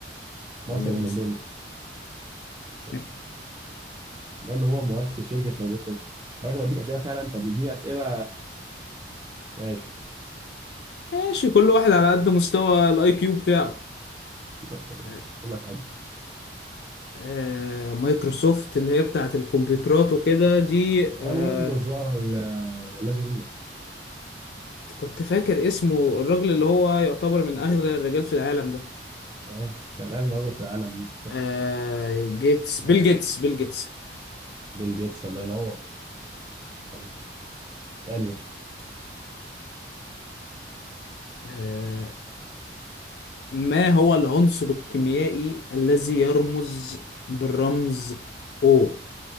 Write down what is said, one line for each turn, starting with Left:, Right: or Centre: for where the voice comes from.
Right: مصر
Left: تمام
Right: أم
Left: بس
Right: الدنيا
Left: <laughs>
Right: ماشي من هو مؤسس شركة مايكروسوفت؟ خلي بالك بديك أسئلة سهلة أنت بتديني أسئلة ماشي
Left: ماشي كل واحد على قد مستوى الاي كيو بتاعه
Right: ماشي ماشي
Left: آه
Right: مش هقول لك حاجة
Left: آه، مايكروسوفت اللي هي بتاعت الكمبيوترات وكده دي
Right: الويندوز
Left: آه
Right: بقى وال- والذي منه
Left: كنت فاكر اسمه الراجل اللي هو يعتبر من اغنى الرجال في العالم ده
Right: اه كان أغنى رجل في العالم بس
Left: آه جيتس بيل
Right: فترة
Left: جيتس
Right: يعني
Left: بيل جيتس
Right: بيل جيتس الله ينور طب اسألني
Left: آه ما هو العنصر الكيميائي الذي يرمز بالرمز O